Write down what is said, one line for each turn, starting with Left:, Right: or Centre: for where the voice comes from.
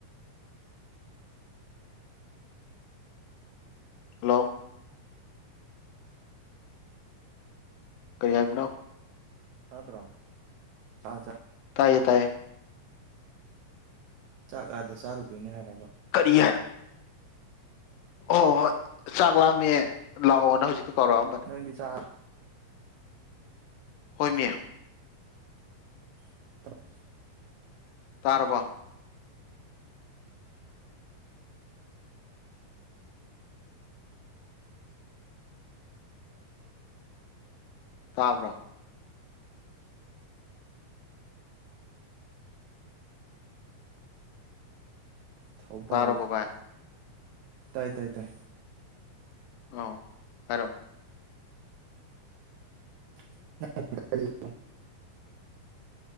Left: ꯍꯜꯂꯣ ꯀꯩ ꯍꯥꯏꯕꯅꯣ
Right: ꯇꯥꯗ꯭ꯔꯣ ꯁꯥ ꯆ
Left: ꯇꯥꯏꯌꯦ ꯇꯥꯏꯌꯦ
Right: ꯆꯥꯛ ꯑꯥꯗ ꯆꯥꯔꯨꯗꯣꯏꯅꯦ ꯍꯥꯏꯔꯕ
Left: ꯀꯔꯤ ꯍꯥꯏꯅꯣ ꯍꯣꯏ ꯍꯣꯏ ꯍꯣꯏ ꯆꯥꯛ ꯂꯥꯝꯃꯦ ꯂꯥꯛꯑꯣꯅ ꯍꯧꯖꯤꯛꯇ ꯀꯧꯔꯛꯑꯝꯕꯅꯦ
Right: ꯅꯪꯗꯤ ꯆꯥ
Left: ꯍꯣꯏꯃꯤ
Right: <inaudible>
Left: ꯇꯥꯔꯕꯣ ꯇꯥꯕ꯭ꯔꯥ
Right: ꯊꯧꯕꯥꯜ
Left: ꯇꯥꯔꯕꯣ ꯕꯥꯏ
Right: ꯇꯥꯏ ꯇꯥꯏ ꯇꯥꯏ
Left: ꯑꯧ ꯍꯥꯏꯔꯛ ꯑꯣ
Right: <inaudible>